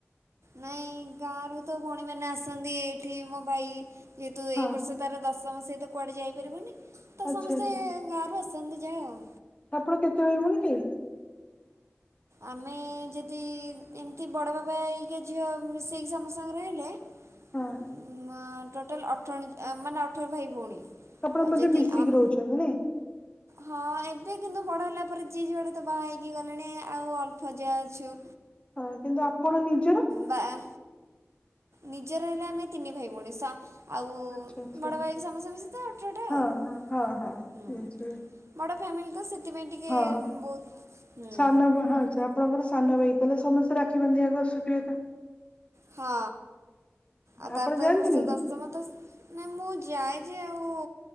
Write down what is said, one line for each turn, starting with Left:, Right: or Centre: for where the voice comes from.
Right: ନାଇଁ ଗାଁରୁ ତ ଭଉଣୀମାନେ ଆସନ୍ତି ଏଇଠି ମୋ ଭାଇ ଯେହେତୁ
Left: ହଁ
Right: ଏଇ ବର୍ଷ ତାର ଦଶମ ସେ ତ କୁଆଡେ ଯାଇପାରିବନି ତ
Left: ଆଚ୍ଛା
Right: ସମସ୍ତେ
Left: ଆଚ୍ଛା
Right: ଗାଁରୁ ଆସନ୍ତି ଯାହା ଆଉ।
Left: ଆପଣ କେତେ ଜଣ ଭୋଉଣି କି
Right: ଆମେ ଯଦି ଏମିତି ବଡ଼ ବାବା ହେରିକା ଝିଅ ମିଶେଇକି ସମସ୍ତଙ୍କର୍ ହେଲେ
Left: ହଁ
Right: ଉ ମା ଟୋଟାଲ ଅଠ ମାନେ ଅଠର ଭାଇ ଭଉଣୀ।
Left: ଆପଣ
Right: ଆଉ
Left: ବୋଧେ
Right: ଯଦି
Left: ମିଶିକି
Right: ଆମ
Left: ରହୁଛନ୍ତି ନାଇଁ।
Right: ହଁ ଏବେ କିନ୍ତୁ ବଡ ହେଲା ପରେ ଯିଏ ଜୁଆଡେ ତ ବାହା ହେଇକି ଗଲେଣି ଆଉ ଅଳ୍ପ ଯାହା ଅଛୁ।
Left: ହଁ କିନ୍ତୁ ଆପଣ ନିଜର।
Right: ବାଆ ନିଜର ହେଲେ ଆମେ ତିନି ଭାଇ ଭଉଣି। ଆଉ
Left: ଆଚ୍ଛା ଆଚ୍ଛା
Right: ବଡ଼ ଭାଇ ସମସ୍ତେ ମିସିକିତ ଅଠରଟା
Left: ହଁ
Right: ଆଉ
Left: ହଁ ହଁ ହଁ
Right: ହୁଁ।
Left: ବୁଝିଲି
Right: ବଡ଼ ଫ୍ୟାମିଲି ତ ସେଥିପାଇଁ ଟିକେ
Left: ହଁ
Right: ବହୁତ, ହୁଁ।
Left: ସାନ ଭା ହଁ ଆଚ୍ଛା ଆପଣଙ୍କର ସାନ ଭାଇ ତାହେଲେ ସମସ୍ତେ ରାକ୍ଷୀ ବାନ୍ଧିବାକୁ ଅସୁଥିବେତ।
Right: ହଁ ଆଉ ତାର
Left: ଆପଣ
Right: ତ
Left: ଯାଆନ୍ତିନି
Right: ଏ ବର୍ଷ ଦଶମ ତ ସେ ନା ମୁଁ ଯାଏ ଯେ ଆଉ